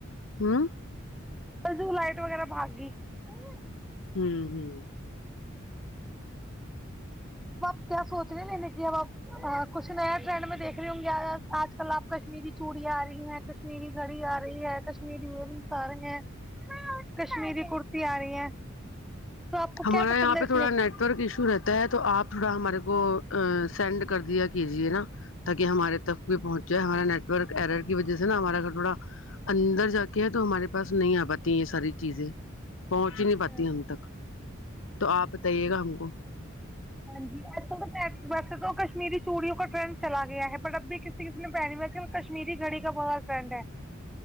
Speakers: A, on the left; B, in the centre.
A: ہوں <unintelligible>
B: ج لائٹ وغیرہ بھاگ گئی <unintelligible>
A: ہوں ہوں <unintelligible>
B: ا آپ کیا سوچ رہے ہیں نہیں کہ اب آپ کچھ نیا ٹرینڈ میں دیکھ رہی ہوں گی آج کل آپ کشمیری چوڑیاں آ رہی ہیں کشمیری گھڑی آ رہی ہے کشمیری ایئر رنگس آ رہی ہیں کشمیری کرتی آ رہی ہیں <unintelligible> تو آپ کو
A: ہمارا
B: کیا پسند
A: یہاں پہ
B: ہے <unintelligible>
A: تھوڑا نٹ ورک ایشو رہتا ہے توپ تھوڑا ہمارے کو کو سینڈ کر دیا کیجے نا تاکہ ہمارے تک بھی پہنچ جائے ہمارا نیٹورک ارر کی وجہ سے نا ہمارا گھر تھوڑا اندر جا کے ہے تو ہمارے پاس نہیں آ پاتی یہ ساری چیزیں پہنچ ہی
B: اچھا
A: نہیں پاتی ہم تک تو آپ بتائیے گا ہم کو
B: ہاں جی اج کل تو ویسے تو کشمیری چوڑیوں کا ٹرنڈ چلا گیا ہے بٹ اب بھی کسی کسی نے پہے کشمیری گھڑی کا بہت س ٹرینڈ ہے